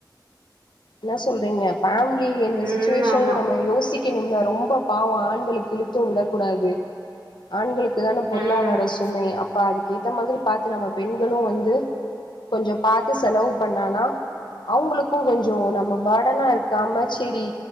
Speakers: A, on the left; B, on the right.
A: என்ன சொல்றீங்க ஃபேமிலி எந்த
B: ம்
A: சிச்சுவேஷன்
B: ஆமா
A: நம்ம யோசி க்கெணும்னா ரொம்ப பாவொ ஆண்களுக்கு இழுத்து விடக்கூடாது ஆண்களுக் குதான பொருளாதார
B: ம்
A: சுமை அப்ப அதுக் ஏத்த மாதிரி பாத்து நம்ம பெண்களு வந்து கொஞ்ச பாத்து செலவு பண்ணானா அவுங்களுக்கு கொஞ் சோ நம்ம பர்டன இருக்காம சேரி